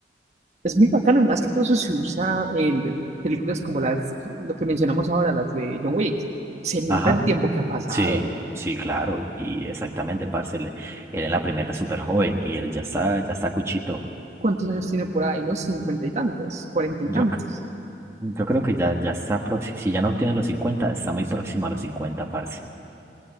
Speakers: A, on the right; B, on the right.
A: Es muy bacano, y más que todo eso se usa en películas como las, lo que mencionamos ahora, las de John Wick. Se nota
B: Ajá.
A: el tiempo que ha pasado.
B: Sí, sí, claro. Y exactamente, parce. le- él en la primera es súper joven y él ya está, ya está cuchito.
A: ¿Cuántos años tiene por ahí? Unos cincuenta y tantos, cuarenta y
B: Yo,
A: tantos.
B: c- yo creo que ya, ya está próximo. Si ya no obtiene los 50 está muy próximo a los cincuenta parce.